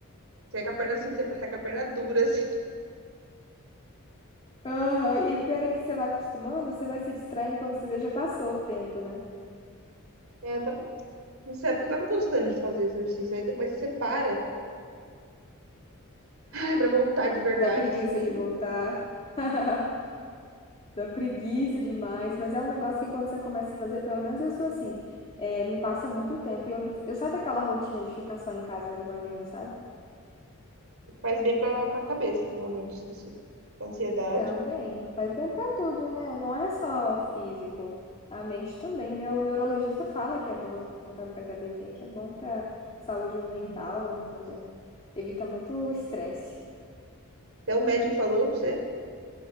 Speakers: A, on the right; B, on the left.
A: Você ia com a perna assim, você ia passar com a perna dura, assim.
B: Aham, E o pior é que você vai acostumando, você vai se distraindo quando você vê já passou o tempo, né?
A: É, eu tava, nessa época eu tava gostando de fazer exercício. Aí depois que você para, ai, pra voltar de verdade,
B: Dá preguiça
A: assim, e
B: de voltar. <laughs> Dá preguiça demais, mas é um negócio que quando você começa a fazer, pelo menos eu sou assim, é, me passa muito tempo. E eu, eu saio daquela rotina de ficar só em casa trabalhando, sabe?
A: faz bem pra, pra cabeça, realmente, assim, se- ansiedade.
B: Também, faz bem pra tudo, né? Não é só físico, a mente também. Meu neurologista fala que é bom voltar pra academia, que é bom pra saúde mental também. Evita muito o estresse.
A: Até o médico falou pra você.